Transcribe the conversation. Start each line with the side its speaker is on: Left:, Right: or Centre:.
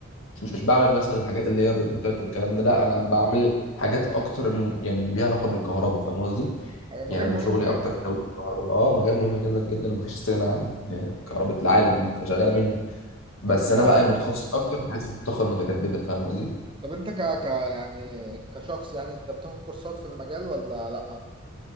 Left: مش مش بعمل مثلا الحاجات اللي هي الروبوتات والكلام ده لا انا بعمل حاجات اكتر م- يعني ليها علاقه بالكهرباء فاهم قصدي
Right: ايوه
Left: يعني
Right: مجال
Left: انا
Right: مهم
Left: شغلي
Right: يعني
Left: اكتر توليد كهرباء اه مجال مهم جدا جدا ومفيش استغناء عن يعني كهرباء
Right: ايوه أيوة.
Left: العالم بتبقى شغاله منه بس
Right: طب انت
Left: انا بقى متخصص اكتر في حته الطاقه المتجدده فاهم قصدي
Right: طب انت ك ك يعني كشخص يعني انت بتاخد كورسات في المجال ولا لا؟